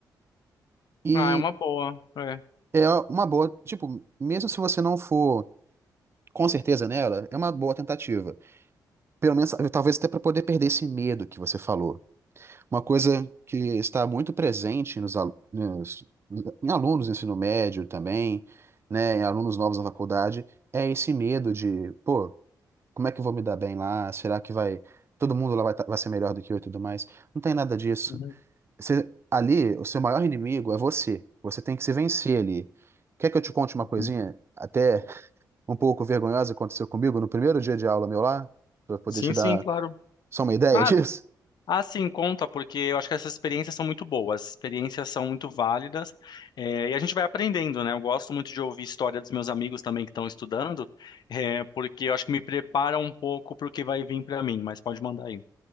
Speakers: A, on the right; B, on the left.
A: E
B: Ah, é uma boa. É.
A: é uma boa, tipo, mesmo se você não for com certeza nela, é uma boa tentativa. Pelo menos, talvez até para poder perder esse medo que você falou. Uma coisa que está muito presente nos, alu- nos- em alunos do ensino médio também, né, em alunos novos na faculdade, é esse medo de, pô, como é que eu vou me dar bem lá? Será que vai todo mundo lá vai, tá- vai ser melhor do que eu e tudo mais? Não tem nada disso.
B: Uhum,
A: Você, ali, o seu maior inimigo é você. Você tem que se vencer ali. Quer que eu te conte uma
B: uhum.
A: coisinha até <laughs> um pouco vergonhosa que aconteceu comigo no primeiro dia de aula meu lá, para poder
B: Sim,
A: te dar
B: sim, claro.
A: só uma ideia
B: Ah,
A: <laughs> disso?
B: Ah, sim, conta, porque eu acho que essas experiências são muito boas, experiências são muito válidas, é, e a gente vai aprendendo, né? Eu gosto muito de ouvir história dos meus amigos também que estão estudando, é, porque eu acho que me prepara um pouco para o que vai vir para mim, mas pode mandar aí.